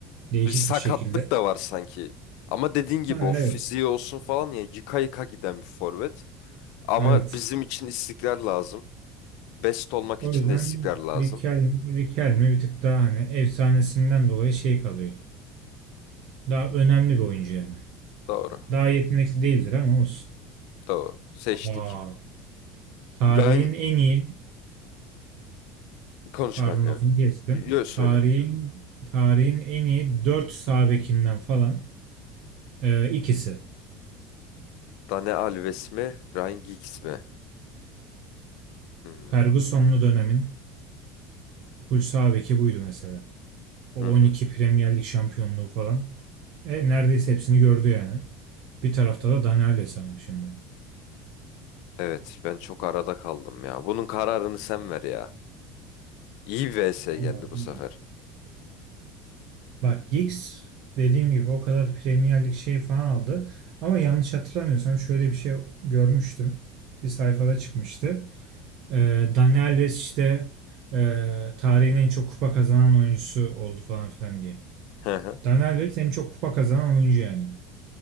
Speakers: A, on the right; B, on the left.
A: Değişik
B: Bir sakatlık
A: bir şekilde.
B: da var sanki. Ama dediğin gibi
A: Ha,
B: o fiziği
A: evet.
B: olsun falan ya yıka yıka giden bir forvet. Ama
A: Evet.
B: bizim için istikrar lazım. Best olmak
A: O
B: için
A: yüzden
B: de istikrar lazım.
A: Riquel- Riquelme bir tık daha hani efsanesinden dolayı şey kalıyor. Daha önemli bir oyuncu yani.
B: Doğru.
A: Daha yetenekli değildir ama olsun.
B: Doğru. Seçtik.
A: Aa, tarihin
B: Ryan
A: en iyi,
B: konuş
A: pardon
B: kanka
A: lafını
B: evet.
A: kestim.
B: Yo söyle.
A: Tarihin tarihin en iyi 4 sağ bekinden falan e, ikisi.
B: Dani Alves mi? Ryan Giggs mi? Hmm.
A: Ferguson'lu dönemin full sağ beki buydu mesela. O
B: Hı hı.
A: 12 Premier Lig şampiyonluğu falan. E, neredeyse hepsini gördü yani. Bir tarafta da Dani Alves ama şimdi.
B: Evet ben çok arada kaldım ya. Bunun kararını sen ver ya. İyi bir vs geldi
A: Vallahi
B: bu
A: bilmiyorum.
B: sefer.
A: Bak Giggs dediğim gibi o kadar Premier Lig şey falan aldı. Ama yanlış hatırlamıyorsam şöyle bir şey görmüştüm. Bir sayfada çıkmıştı. Ee, Dani Alves işte e, tarihin en çok kupa kazanan oyuncusu oldu falan filan diye.
B: Hı hı.
A: Dani Alves en çok kupa kazanan oyuncu yani.